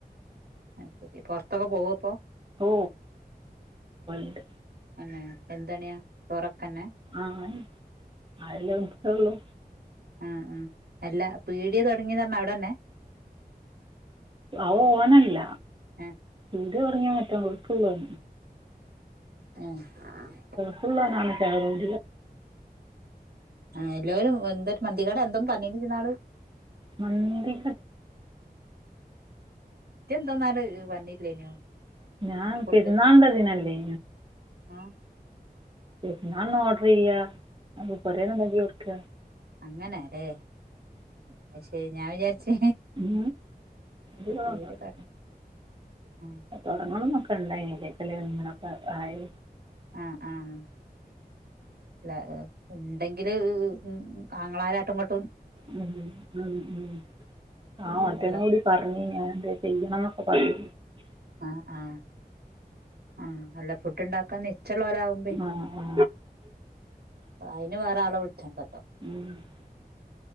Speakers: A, on the right; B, on the right.
A: അത് ശരി പൊറത്തൊക്കെ പോവോ ഇപ്പൊ
B: ഓ <unintelligible>
A: അന്നെ എന്തണ്യ ചോറക്കന്നെ?
B: ആഹ് ആല്ലേനിച്ചോള്ളൂ
A: ആ ആ അല്ല പീട്യതൊടങ്ങിനർഞ്ഞ അവടന്നെ?
B: ആഓനല്ല
A: ഏഹ്
B: പീട്യ തൊടിങ്ങി മറ്റഗൾഫ് ള്ളോൻ.
A: <unintelligible>
B: ഫുള്ള നാക്ക് ആക <inaudible>
A: ആ എല്ലോരും എന്ത മന്തികേടാ എന്തോന്ന് പറഞ്ഞിന്നുജ്ജ്ന്നാള്
B: മന്തി കടെ
A: ന്തോന്നാല് പറഞ്ഞില്ല്യയ്ന്നൊഫുഡ്
B: ഞാൻ പെരുന്നാളിൻ്റെ അതിനല്ലേ
A: ആഹ്
B: പെര് ന്നാള്ന്ഓഡ്രെയാ പൊരേലൊന്നുഅല്ലെ വെക്ക
A: അങ്ങനല്ലേ പക്ഷേ ഞാവിചാര്ച്ച്
B: ഇത്
A: <unintelligible>
B: കുഴപ്പമില്ല
A: ആഹ്
B: തൊടങ്ങണംനൊക്കെണ്ടായ്ന്ന്ലക്കല്ലേഇങ്ങനൊക്കെ ആയി
A: ആഹ് ആഹ് ല്ലഹ് ണ്ടെങ്കില് ഉ ആങ്ങളാരായ്ട്ട് ഇങ്ങട്ടും
B: <unintelligible> ആഹ് മറ്റൊന്കൂടി
A: അല്ല
B: പറഞ് ഞാൻ ചെയ്യണംനൊക്കെ പറഞ്
A: ആഹ് ആഹ് ആഹ് അല്ലഫുഡ്ണ്ടാക്കാ നിചെള്ളോര്ആവുമ്പേ
B: ആ ആ
A: അയ്ന് വേറആളെവിളിച്ചാണ്ടല്ലോ
B: <inaudible>